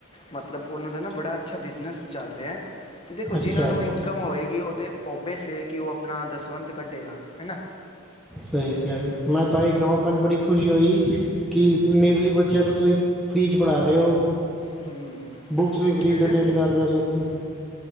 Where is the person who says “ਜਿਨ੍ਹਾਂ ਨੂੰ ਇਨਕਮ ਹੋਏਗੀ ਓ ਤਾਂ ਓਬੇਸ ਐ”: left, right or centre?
Left